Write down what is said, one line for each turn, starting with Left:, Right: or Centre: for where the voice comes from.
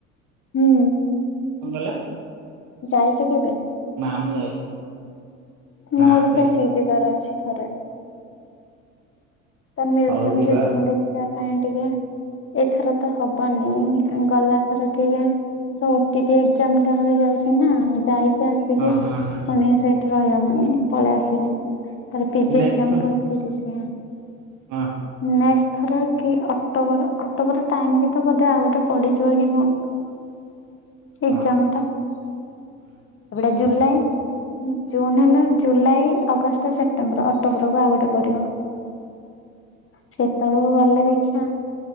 Left: ହୁଁ।
Right: କଙ୍ଗଲା
Left: ଯାଇଛ କେବେ?
Right: ନା ମୁ ଯାଇନି। ନା
Left: ମୋର
Right: ମୁଁ
Left: ସେଠିକି
Right: ଯାଇନି
Left: ଯିବାର ଅଛି। ଥରେ ତା ମ୍ୟୁଜୀୟମ
Right: ହଉ ଯିବା
Left: ଫ୍ୟୁଜୀୟମ୍ ଦେଖିବା ପାଇଁ ଟିକେ ଏଥର ତ ହବନି ଗଲାଥର କେ ଓ ଟି ଇ ଟି ଏକ୍ସାମ ଟା ରହିଯାଉଛି ନା ଯାଇ ଆସିକି
Right: ହଁ ହଁ
Left: ପୁଣି
Right: ହଁ
Left: ସେଇଠି ରହିହବନି ମୁଁ ପଳେଇ ଆସିବି। ଥରେ ପି-ଜି
Right: ନେକ୍ସଟ
Left: ଏକ୍ସାମ୍
Right: ଥର
Left: ପୁଣି ତିରିଶ ରେ
Right: ହଁ ହଁ
Left: ନେସ ଥର କି ଅକ୍ଟୋବର ଅକ୍ଟୋବର ଟାଇମ କି ତ ବୋଧେ ଆଉ ଗୋଟେ ପଡିଯିବ କି କଣ।
Right: ହଁ
Left: ଏକ୍ସାମ୍ ଟା
Right: ହଁ
Left: ଜୁଲାଇ ଜୁନ୍ ହେଲା ଜୁଲାଇ ଅଗଷ୍ଟ ସେପ୍ଟେମ୍ବର ଅକ୍ଟୋବରକୁ ଆଉ ଗୋଟେ ପଡିବ। ସେ ତଳକୁ ଗଲେ ଦେଖିବା।